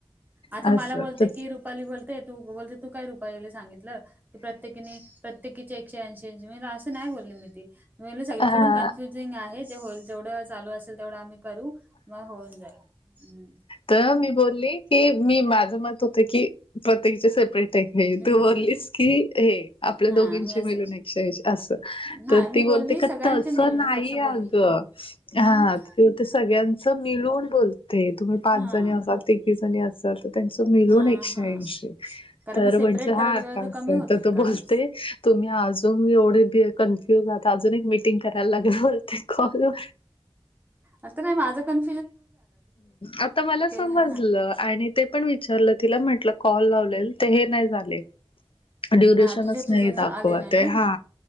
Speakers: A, on the right; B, on the left.
A: आता
B: असं
A: मला बोलते
B: तर
A: की रुपाली बोलतेय तू बोलते तू काय रुपालीला सांगितलं. की प्रत्येकीने प्रत्येकीचे एकशे ऐंशी ऐंशी म्हणजे असं नाही. बोलली मी ते मी म्हटल सगळीकडून
B: हा.
A: कन्फ्युजिंग आहे. जे होईल जेवढं चालू असेल तेवढं. आम्ही करू मग होऊन जाईल
B: त मी बोलली की मी माझ मत होत. की प्रत्येकीचे सेपरेट आहे.
A: हम्म,
B: तू बोललीस
A: हम्म.
B: की हे आपल्या
A: हा
B: दोघींची
A: मी असं
B: मिलून आहे. ऐकशे ऐशी असं
A: नाही
B: तर
A: मी
B: ती
A: बोलली
B: बोलते.
A: सगळ्यांचे
B: का तस
A: मिळून
B: नाही
A: ग असं बोलले
B: अगं हा
A: मग
B: ते ते सगळ्यांच मिलून बोलते. तुम्ही पाच
A: हा
B: जणी असा तिघी जणी अस त्यांच मिलून
A: हा
B: एकशे
A: हा
B: ऐंशी
A: कारण
B: तर
A: मग सेपरेट
B: म्हटलं
A: करायला
B: हा
A: गेलं
B: कां
A: तर
B: आहे
A: कमी होतील
B: तर तू
A: का
B: बोलते. तुम्ही अजून एवढे कन्फ्युज आता अजून एक मीटिंग करायला लागेल. कॉल वर
A: आता नाही. माझं केन
B: आता मला समजलं!
A: ना
B: आणि ते पण विचारलं. तिला म्हटलं कॉल लावले. ते हे नाही झाले. ड्युरेशनच
A: हां तुझे
B: नई
A: तुझे
B: दाखवत
A: ना आले नाही
B: ए...
A: ना
B: हा,